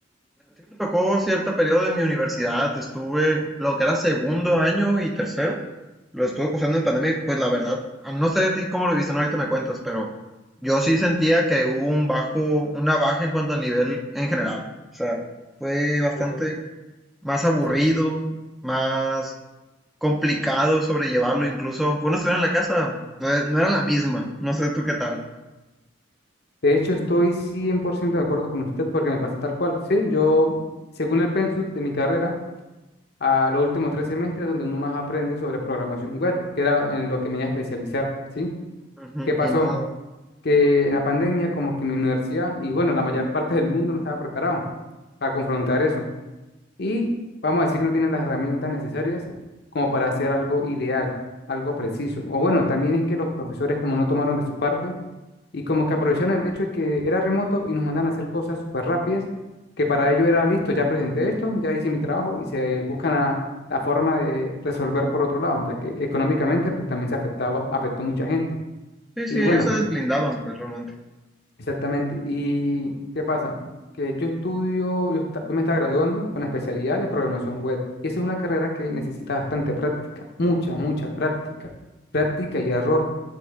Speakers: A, in the centre; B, on the left.
A: Sí Me tocó cierto periodo en mi universidad. Estuve lo que era segundo año y tercero. Lo estuve cursando en pandemia y pues la verdad, ah, no sé de ti cómo lo viste, no ahorita me cuentas, pero yo sí sentía que hubo un bajo, una baja en cuanto a nivel en general. O sea, fue bastante
B: Pues,
A: más aburrido,
B: Sí.
A: más complicado sobrellevarlo, incluso aunque uno estuviera en la casa, no e- no era la misma. No sé tú qué tal.
B: De hecho, estoy 100% de acuerdo con usted porque me pasó tal cual. Sí, yo, según el pensum de mi carrera, a los últimos tres semestres donde uno más aprende sobre programación web, que era en lo que me iba a especializar, ¿sí?
A: Ujú,
B: ¿Qué pasó?
A: Y nada.
B: Que en la pandemia, como que mi universidad y bueno, la mayor parte del mundo no estaba preparado para confrontar eso. y vamos a decir que no tienen las herramientas necesarias como para hacer algo ideal, algo preciso. O bueno, también es que los profesores como no tomaron de su parte y como que aprovecharon el hecho de que era remoto y nos mandan a hacer cosas súper rápidas, que para ello era listo, ya presenté esto, ya hice mi trabajo y se eh, buscan la, la forma de resolver por otro lado, ya que económicamente pues también se afectaba, afectó mucha gente.
A: Sí, sí,
B: Y bueno.
A: ellos se desblindaban, pues realmente.
B: Exactamente. ¿Y qué pasa? Que yo estudio, yo, esta- yo me estaba graduando con la especialidad de programación web. Y esa es una carrera que necesita bastante práctica, mucha, mucha práctica, práctica y error.